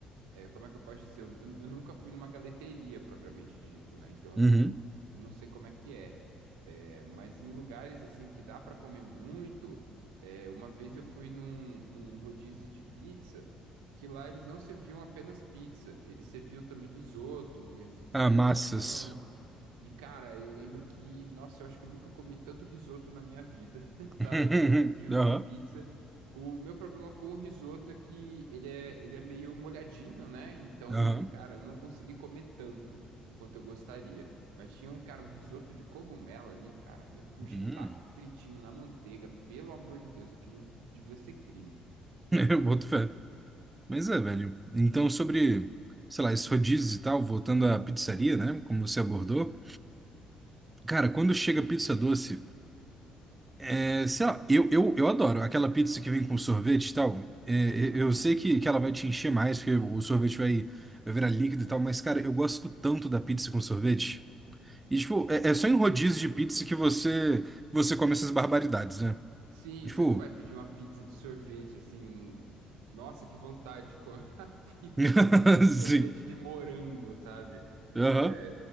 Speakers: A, on the right (about 80°); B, on the right (about 20°).
A: É, como é que eu posso dizer? Eu, eu- eu nunca fui numa galeteria propriamente dito, né? Então,
B: Uhum.
A: eu não sei como é que é. É, mas em lugares assim que dá pra comer muito, é, uma vez eu fui num, num rodízio de pizza, que lá eles não serviam apenas pizza, eles serviam também risoto, re- serviam
B: Ah, massas.
A: macarrão. E, cara, eu lembro que, nossa, eu acho que eu nunca comi tanto risoto na minha vida, <laughs> sabe?
B: <laughs>
A: Junto
B: Aham.
A: com pizza. O meu problema com o risoto é que ele é, ele é meio molhadinho, né? Então,
B: Aham.
A: cara, eu não consegui comer tanto quanto eu gostaria. Mas tinha um, cara, um risoto de cogumelo ali, cara, meu, com shiitake
B: Hum.
A: fritinho na manteiga. Pelo amor de Deus, aquilo devia ser crime.
B: <laughs> Eu
A: Você é louco.
B: boto fé. Mas é, velho. Então, sobre, sei lá, esses rodízios e tal, voltando à pizzaria, né? Como você abordou.
A: Uhum,
B: Cara, quando chega pizza doce, é, sei lá, eu, eu, eu adoro aquela pizza que vem com sorvete e tal. É, é,
A: aham.
B: eu sei que, que ela vai te encher mais, porque o sorvete vai, vai virar líquido e tal, mas, cara, eu gosto tanto da pizza com sorvete. E, tipo, é, é só em rodízio de pizza que você, você come essas barbaridades, né?
A: Sim,
B: Tipo.
A: você não vai pedir uma pizza de sorvete assim. um- Nossa, que vontade de comer <laughs> uma pizza
B: <laughs>
A: de sorvete
B: Sim.
A: de morango, sabe?
B: Aham.
A: É,